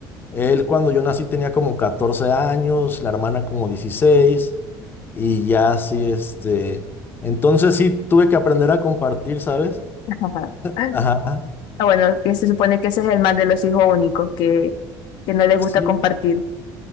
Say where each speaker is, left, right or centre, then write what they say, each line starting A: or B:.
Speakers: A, on the left (about 25°); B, on the left (about 65°).
A: él cuando yo nací tenía como 14 años, la hermana como dieciséis y ya así, este, entonces sí tuve que aprender a compartir, ¿sabes?
B: <laughs> Ajá.
A: Ajá,
B: Ah, bueno, que se supone que ese es el mal de los hijos únicos, que, que no les gusta
A: sí.
B: compartir.